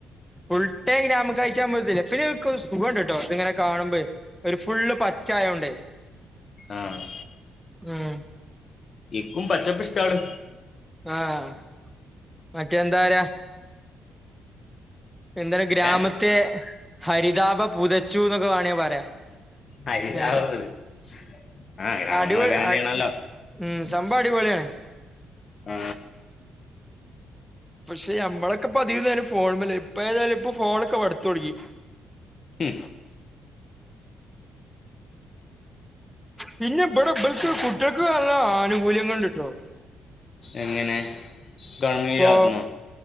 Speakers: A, in the centre; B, on the left.
A: ഫുൾടൈം ഗ്രാമ കാഴ്ചാകുമ്പോത്തിനെ പിന്നൊര്ക്കൊരു സുഖണ്ട്ട്ടോ ഇത്ങ്ങനെ കാണുമ്പേ ഒരു ഫുള്ള് പച്ചായോണ്ടെ
B: ആഹ്
A: ഉംഹ്
B: ഇക്കും പച്ചപ്പ്ഷ്ടാണ്
A: ആഹ് മറ്റേന്താറിയാ? എന്താണ് ഗ്രാമത്തെ
B: ഏ
A: ഹരിതാപ പുതച്ചുന്നൊക്കെ വേണേ പറയാ
B: ഹരിതാവ്
A: ഏഹ്
B: പ്രദേശം. ആ ഗ്രാമങ്ങൾ
A: അടിപൊളി
B: അങ്ങനെ തന്നെയാണല്ലോ
A: അടി മ് സംഭവടിപൊളിയാണ്
B: മ്
A: പക്ഷെ ഞമ്മളൊക്കെ ഇപ്പധികനേരും ഫോണുമ്മല് ഇപ്പേതായാലും ഇപ്പ ഫോണൊക്കെ മടുത്തൊടങ്ങി.
B: മ്
A: പിന്നെ ഇബടെ ഇബൽക്ക് കുട്ട്യാൾക്ക് നല്ല ആനുകൂല്യങ്ങള്ണ്ട്ട്ടോ
B: എങ്ങനെ? ഗവൺമെന്റ്
A: ഇപ്പൊ
B: ആകുന്നു